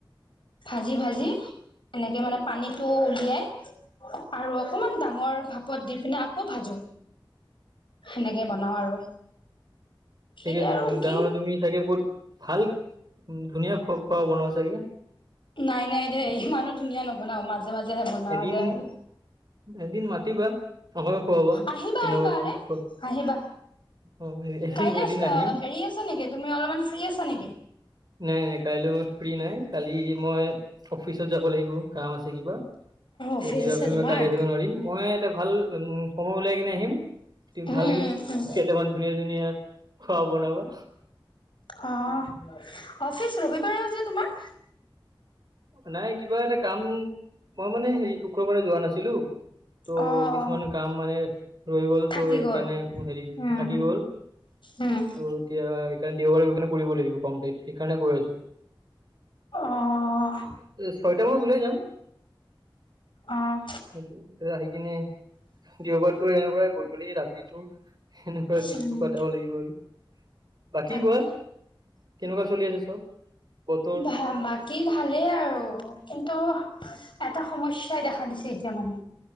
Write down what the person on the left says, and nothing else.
ভাজি, ভাজি এনেকৈ মানে পানীটো উলিয়াই আৰু অকমান ডাঙৰ ভাপত দি পিনে আকৌ ভাজো। সেনেকে বনাওঁ আৰু। কি
আৰু
কি
নাই, নাই দে ইমানো ধুনীয়া নবনাও মাজে মাজেহে বনোৱা
যায়।
আহিবা
আহিবা
আৰে
আহিবা
কাইলে
হেৰি আছে নেকি তুমি অলপমান ফ্ৰী আছা নেকি।
অফিচ
আছে তোমাৰ?
উম
উম উম
অহ, অফিচ ৰবিবাৰেও যে তোমাৰ।
অ অ
থাকি
গ'ল।
উম
উম
অ'।
অ', অ'।
উম
তাকে
বা বাকী ভালেই আৰু কিন্তু এটা সমস্যাই দেখা দিছে এতিয়া মানে